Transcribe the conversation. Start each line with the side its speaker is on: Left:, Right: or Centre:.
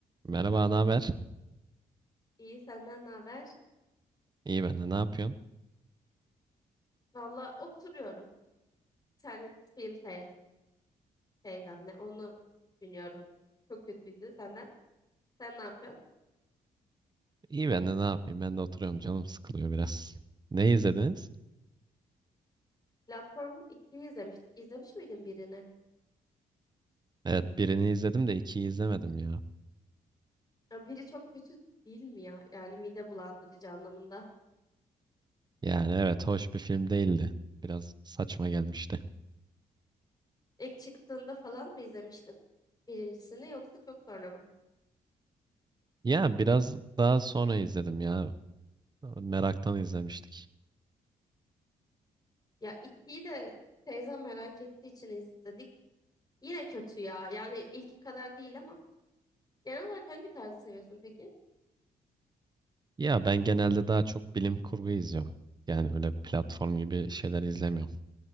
Right: Merhaba, ne haber?
Left: İyi, senden ne haber?
Right: İyi ben de ne yapıyorsun?
Left: Valla oturuyorum. Bir tane film seyrettim teyzemle. Onu dinliyorum. Çok kötüydü senden. Sen ne yapıyorsun?
Right: İyi ben de ne yapayım? Ben de oturuyorum canım sıkılıyor biraz. Ne izlediniz?
Left: Platform ikiyi izlemiştik. İzlemiş miydin birini?
Right: Evet birini izledim de ikiyi izlemedim ya.
Left: Ya biri çok kötü değil mi ya? Yani mide bulandırıcı anlamında.
Right: Yani evet hoş bir film değildi. Biraz saçma gelmişti.
Left: İlk çıktığında falan mı izlemiştin? Birincisini yoksa çok sonra mı?
Right: Ya biraz daha sonra izledim ya. Meraktan izlemiştik.
Left: Ya ikiyi de teyzem merak ettiği için izledik. Yine kötü ya. Yani ilki kadar değil ama. Genel olarak hangi tarzı seviyorsun peki?
Right: Ya ben genelde daha çok bilim kurgu izliyorum. Yani öyle platform gibi şeyler izlemiyorum.